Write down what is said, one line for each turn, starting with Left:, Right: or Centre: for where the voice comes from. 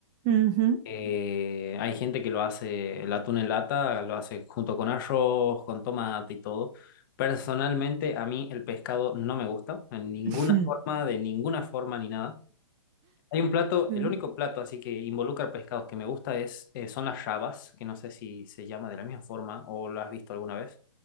Right: Ujú.
Left: Eh, hay gente que lo hace, el atún en lata, lo hace junto con arroz, con tomate y todo. Personalmente, a mí el pescado no me gusta, en ninguna
Right: <laughs>
Left: forma, de ninguna forma ni nada. Hay un plato,
Right: Sí.
Left: el único plato así que involucra pescados que me gusta es, eh, son las rabas, que no sé si se llama de la misma forma o lo has visto alguna vez.